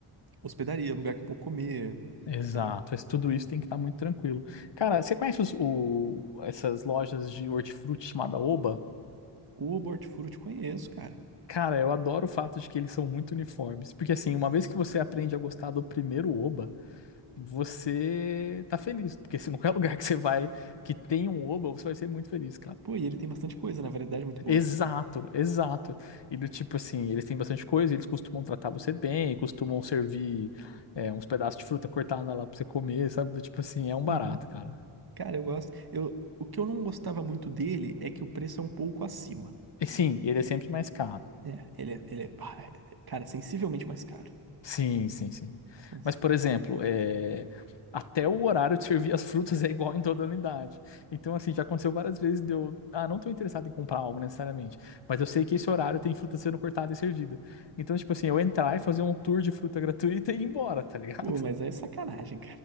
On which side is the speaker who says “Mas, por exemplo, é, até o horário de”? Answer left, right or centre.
Left